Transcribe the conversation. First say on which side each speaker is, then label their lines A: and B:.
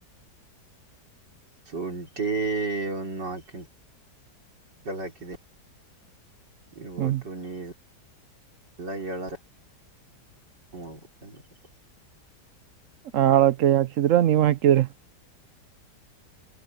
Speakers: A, on the right; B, on the right.
A: ಶುಂಠಿ ಒಂದು ಹಾಕಟಲ್ಲ ಹಾಕಿದ್ದ ಇ
B: ಹ್ಮ್
A: ಒತು ನೀಲ್ ಎಲ್ಲ ಎಳ ಮೂಬುಕಂಡತ್ತು
B: ಹ ಹಳ ಕೈ ಹಾಕ್ಕಿದ್ರ ನೀವ್ ಹಾಕಿದ್ರಿ